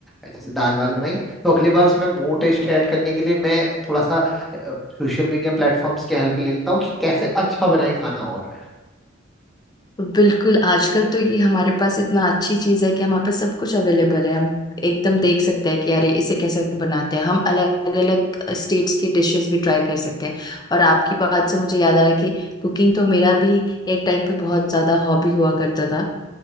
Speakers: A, in the centre; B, on the left (about 20°).
A: जैसे दाल वाल बनाई तो अगली बार उसमें मोर टेस्ट ऐड करने के लिए मैं थोड़ा सा सोशल मीडिया प्लेटफॉर्म्स की हेल्प ले लेता हूँ कि कैसे अच्छा बनाए खाना और
B: तो बिल्कुल आजकल तो ये हमारे पास इतना अच्छी चीज़ है कि हमारे पास सब कुछ अवेलेबल है हम एकदम देख सकते हैं कि अरे इसे कैसे बनाते हैं हम अलग अलग स्टेट्स की डिशेस भी ट्राई कर सकते हैं और आपकी बात से मुझे याद आ रहा है कि कुकिंग तो मेरा भी एक टाइम पे बहुत ज़्यादा हॉबी हुआ करता था